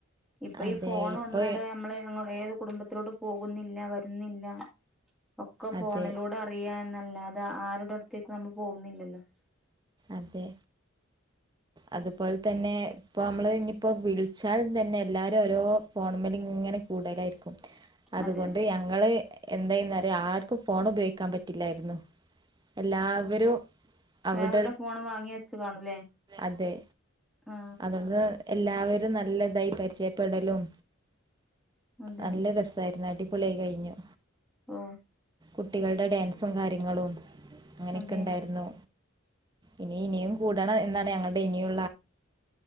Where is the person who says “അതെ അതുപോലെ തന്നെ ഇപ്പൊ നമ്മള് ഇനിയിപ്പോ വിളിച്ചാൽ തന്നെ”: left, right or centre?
Right